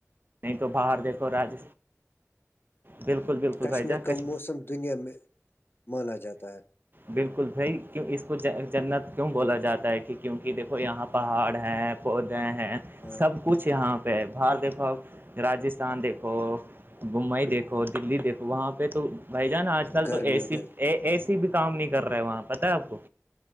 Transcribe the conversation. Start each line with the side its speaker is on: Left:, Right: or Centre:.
Right: نہیں تو باہر دیکھو راج بالکل بالکل
Left: کشمیر
Right: بھائی جہ کش
Left: کا موسم دنیا میں مانا جاتا ہے
Right: بالکل بھائی کیوں اس کو جنت کیوں بولا جاتا ہے کہ کیونکہ دیکھو یہاں پہاڑ ہیں پودے ہیں
Left: ہاں
Right: سب کچھ یہاں پہ باہر دیکھو آپ راجستھان دیکھو بمبئی دیکھو دلی دیکھو وہاں پہ تو بھائی جان آج کل
Left: گرمی
Right: تو اے
Left: ہوتے
Right: سی
Left: ہیں
Right: اے سی بھی کام نہیں کر رہے وہاں پتہ ہے آپ کو